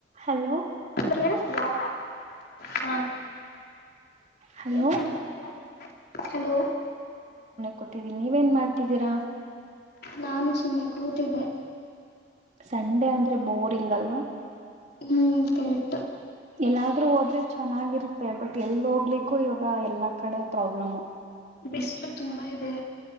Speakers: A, on the right; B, on the left.
A: Hello
B: ಹೇಳತಯಾ ಹ
A: hello
B: ಏನ್ ಮಾಡ್ತಿದ್ದೀರಾ ಹಲೋ
A: ಕುತ್ತಿದ್ದೀನಿ ನೀವೇನ್ ಮಾಡ್ತಿದ್ದೀರಾ
B: ನಾನು ಸುಮ್ಮನೆ ಕೂತಿದ್ದೆ
A: ಸಂಡೆ ಅಂದ್ರೆ ಬೋರಿಂಗ್ ಅಲ್ವಾ
B: ಹ್ಮ್ ಕರೆಕ್ಟ್
A: ಎಲ್ಲ ರು ಹೋದ್ರೆ ಚೆನ್ನಾಗಿರುತ್ತೆ ಬಟ್ ಎಲ್ ಹೋಗ್ಲಿಕ್ಕೂ ಇವಾಗ ಎಲ್ಲಾ ಕಡೆ ಪ್ರಾಬ್ಲಮ
B: ಬಿಸಲು ತುಂಬಾ ಇದೆ